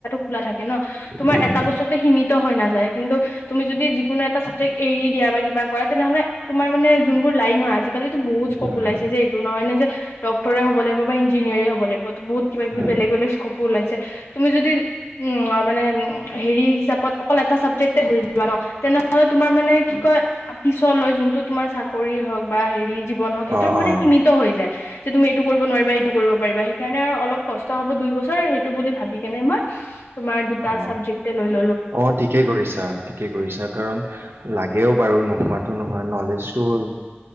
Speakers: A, on the left (about 80°); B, on the right (about 70°).
A: খোলা থাকে ন তোমাৰ
B: উম
A: এটা বস্তুতে সিমিত। হৈ নাযায় কিন্তু তুমি যদি যিকোনো এটা চাবজেক্ট এৰি দিয়া বা কিবা কৰা তেনেহলে তোমাৰ মানে যোনবোৰ লাইন হয় আজিকালি বহুত স্কোপ
B: উম
A: ওলাইছে যে এইটো নহয় নে যে, ডক্টৰে হ'ব লাগিব বা ইঞ্জিনিয়াৰি হ'ব লাগিব বহুত কিবা কিবি
B: উম
A: বলেগ বেলেগ স্কপো ওলাইছে। তুমি যদি উম-উ মানে-উ হেৰি হিচাপত অকল এটা চাবজেক্টে ধৰি লোৱা ন, তেনেহলে তোমাৰ মানে কি কয়, পিছলৈ যোনটো তোমাৰ চাকৰি হওঁক বা হেৰি জীৱন হওক সেইটো
B: অ
A: মানে
B: অ
A: সীমিত হৈ যায়৷ যে তুমি এইটো কৰিব নোৱাৰিবা এইটো কৰিব পাৰিবা, সেইকাৰণে আৰু অলপ কষ্ট হ'ব দুই বছৰ সেইটো বুলি ভাবি কেনে মই তোমাৰ দুটা
B: অ
A: চাবজেক্টে লৈ ল
B: অ ঠিকে কৰিছা, ঠিকে কৰিছা৷ কাৰণ লাগেও বাৰু নোহোৱাতো নহয়, নলেজটো হ'ল,